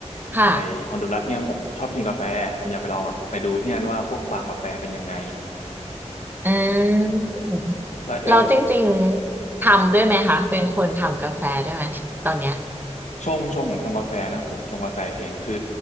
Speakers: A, on the right; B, on the left.
A: ค่ะ
B: ไอฮอนดูรัสเนี่ยผมชอบกินกาแฟผมอยากไปลองแบบไปดูที่นั่นว่าพวกฟาร์มกาแฟเป็นยังไง
A: อ่า
B: แล้วเอล
A: เราจริงๆทำด้วยไหมคะเป็นคนทำกาแฟด้วยไหมตอนเนี้ย
B: ชงชงผมชงกาแฟนะผมชงกาแฟเองคือ